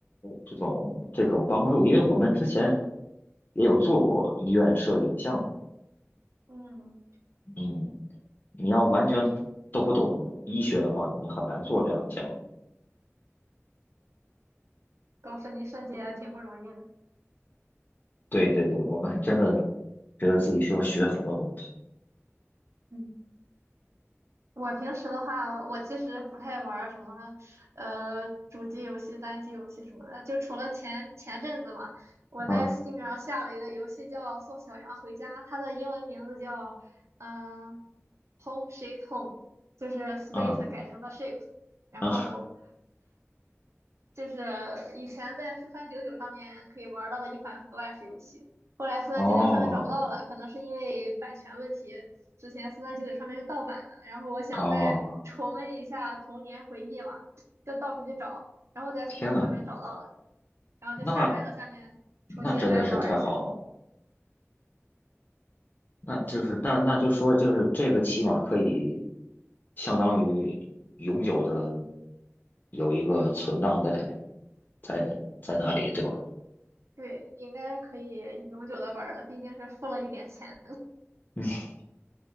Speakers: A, on the left; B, on the right.
A: 这种这种帮助，因为我们之前也有做过医院设计的项目，
B: <laughs> 嗯，
A: 嗯，你要完全不都不懂医学的话，你很难做这样的项目。
B: 搞室内设计也挺不容易的，
A: 对对对，我们真的觉得自己需要学很多东西。
B: 嗯。我平时的话，我其实不太玩儿什么，呃，主机游戏、单机游戏什么的。就除了前前阵子嘛，我在
A: 嗯
B: Steam 上下了一个游戏叫《送小羊回家》，它的英文名字叫嗯、呃 Home Sweet Home，就是 Sweet
A: 嗯
B: 改成了 s h e e p 然后
A: 嗯，
B: 就是以前在四三九九上面可以玩到的一款 Flash 游戏，后来四三九九上面找不到了，
A: 哦
B: 可能是因为版权问题。之前四三九九上面是盗版的，然后我想再重温一下童年回忆嘛，
A: 哦，
B: 就到处去找，然后在
A: 天呐，
B: Steam 上面找到了，然后就下载了，
A: 那
B: 下面重新来玩一下。
A: 那真的是太好了。那就是那那就说就是这个起码可以相当于永久的有一个存档在在在那里，对吧？
B: 对，应该可以永久的玩了，毕竟是付了一点钱。
A: 嗯，<sniffs>